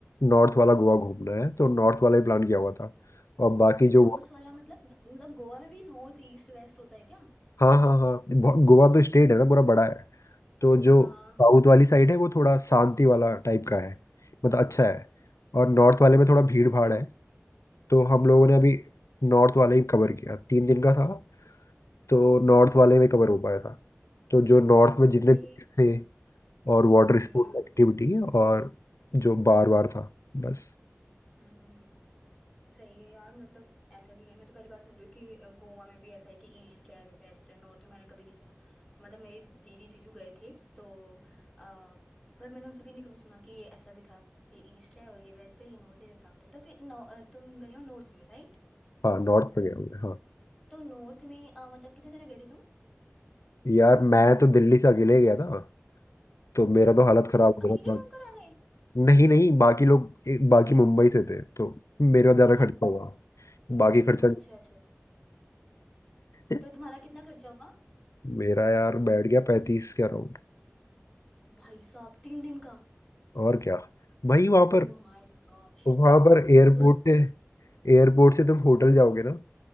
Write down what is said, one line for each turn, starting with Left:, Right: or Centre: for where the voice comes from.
Left: नॉर्थ वाला गोवा घूमना है तो नॉर्थ वाला ही प्लान किया हुआ था और बाकी जो
Centre: नॉर्थ वाला मतलब मतलब गोवा में भी नॉर्थ ईस्ट वेस्ट होता है क्या
Left: हाँ हाँ हाँ बहु- गोवा तो स्टेट है ना पूरा बड़ा है तो जो
Centre: हाँ
Left: साउथ वाली साइड है वो थोड़ा शांति वाला टाइप का है मतलब अच्छा है और नॉर्थ वाले में थोड़ा भीड़ भाड़ है तो हम लोगों ने अभी नॉर्थ वाला ही कवर किया तीन दिन का था तो नॉर्थ वाले में कवर हो पाया था तो जो नॉर्थ में जितने
Centre: अरे
Left: beach थे और वाटर स्पोर्ट्स
Centre: हम्म हम्म
Left: एक्टिविटी और जो बार बार था बस
Centre: हम्म हम्म हम्म, सही है यार मतलब ऐसा भी है मैं तो पहली बार सुन रही हूँ कि अ, गोवा में भी ऐसा है कि ईस्ट है वेस्ट है नॉर्थ है मैंने कभी नहीं सुना मतलब मेरी दीदी जीजू गए थे तो आ, पर मैंने उनसे भी नहीं कभी सुना कि ये ऐसा भी था कि ईस्ट है और ये वेस्ट है ये नॉर्थ है ये साउथ है तो फिर नौ- अ, तुम गए हो नॉर्थ में राइट
Left: हाँ नॉर्थ में गया हूँ मैं हाँ
Centre: तो नॉर्थ में अ, मतलब कितने जने गए थे तुम
Left: यार मैं तो दिल्ली से अकेले गया था तो मेरा तो हालत खराब
Centre: मतलब
Left: हो
Centre: अकेले
Left: गया
Centre: घूम
Left: था
Centre: कर आ गए
Left: नहीं नहीं बाकी लोग एक- बाकी मुंबई से थे तो मेरा ज़्यादा खर्चा
Centre: अ-
Left: हुआ बाकी खर्चा
Centre: अच्छा अच्छा अच्छा
Left: नहीं।
Centre: तो तुम्हारा कितना खर्चा हुआ
Left: <laughs> मेरा यार बैठ गया पैंतीस के अराउंड
Centre: भाई साहब तीन दिन का
Left: और क्या भाई वहां पर
Centre: Oh my gosh
Left: वहां पर एयरपोर्ट
Centre: मतलब
Left: से एयरपोर्ट से तुम होटल जाओगे ना